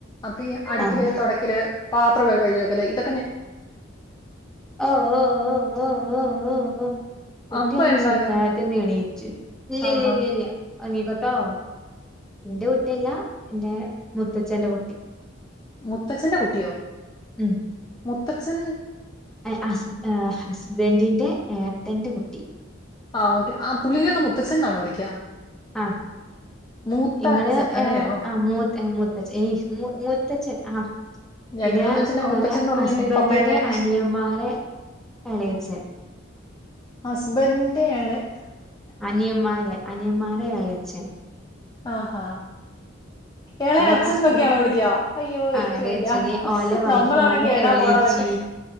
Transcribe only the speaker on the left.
അപ്പൊ ഈ അടിക്കില്
തൊടക്കല് പാത്രം കഴിഞ്ഞോക്കല് ഇത
അപ്പൊ
എന്താകാ
ആഹാ
മൂത്തഛന്റെ കുട്ടിയോ?
മുത്തഛൻ
ആ ഓക്കേ ആ പുള്ളീനെന്ന് മുത്തച്ഛന്നാണോ വിളിക്കാ?
മൂത്ത
അച്ഛൻ അങ്ങനെയാണോ
ഞങ്ങളെന്ന്
വെച്ചിട്ടുണ്ടെങ്കിൽ മുത്തച്ഛൻ
എന്ന് പറഞ്ഞിട്ടുണ്ടെങ്കിൽ
പപ്പേന്റെ
ഹസ്ബൻറിന്റെയെളേ
ആഹഹ എളയച്ഛന്നൊക്കെയാണോ
വിളിക്കുവാ? അയ്യോ എനിക്ക്
വയ്യ.
നമ്മളാണെങ്കിൽ എടാ
പോടാ ഒക്കെ.